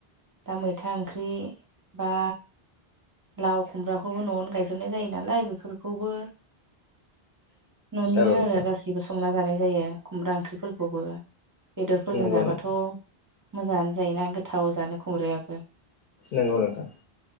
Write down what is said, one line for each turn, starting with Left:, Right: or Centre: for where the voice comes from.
Right: दा मैथा ओंख्रि बा लाव खुमब्राखौबो न'आवनो गायजोबनाय जायो नालाय बेफोरखौबो न'निनो
Left: औ नोंथां
Right: आरो गाससिबो संना जानाय जायो खुमब्रा ओंख्रिफोरखौबो बेदरफोरजों
Left: नंगौ
Right: जाबाथ'
Left: नोंथां
Right: मोजाङानो जायोना गोथाव जानो खुमब्रायाबो।
Left: नंगौ नोंथां।